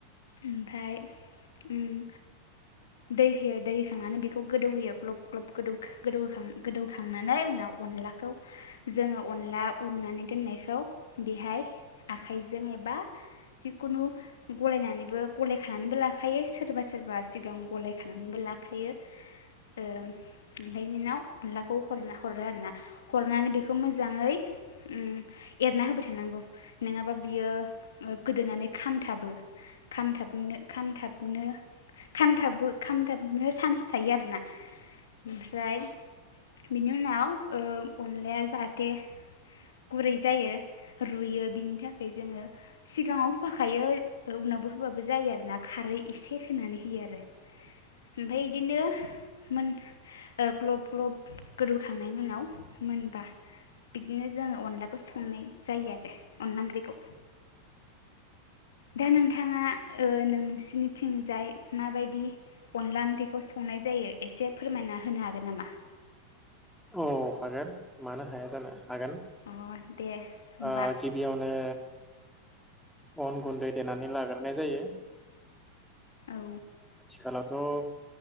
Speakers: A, on the left; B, in the centre.
A: ओमफ्राय उम दै होयो दै होखांनानै बेखौ गोदौहोयो ग्लब ग्लबौ गोदौखांनानै उनाव अनलाखौ जोङो अनला उननानै दोननायखौ बेहाय आखाइजों एबा जिखुनु गलायनानैबो गलाय खानानैबो लाखायो सोरबा सोरबा सिगां गलाय खानानैबो लाखायो ओ ओमफ्राय बिनाव अनलाखौ ह हरो आरोना हरनानै बेखौ मोजाङै उम एरना होबाय थानांगौ नङाबा बियो गोदोनानै खामथाबो खामथाब नो खामथाबनो खामथाबो खामथाबनो सान्स थायो आरोना ओमफ्राय बिनि उनाव ओ अनलाया जाहाथे गुरै जायो, रुयो बिनि थाखाय जोङो सिगाङाव होफाखायो उनावबो होफ बो जायो आरोना खारै इसे होनानै होयो आरो ओमफ्राय बिदिनो, मोन ग्लब ग्लब गोदौखांनायनि उनाव मोनबा बिदिनो जोङो अनलाखौ संनाय जायो आरो अनलाइननि ओंख्रिखौ दा नोंथाङा ओ नोंसिनिथिंजाय माबायदि अनला ओंख्रिखौ संनाय जायो एसे फोरमायना होनो हागोन नामा?
B: औ हागोन। मानो हाया जानो? हागोन
A: अ दे होमबा
B: ओ गिबियावनो अन गुन्दै देनानै लाग्रोनाय जायो।
A: औ
B: आथिखालावथ'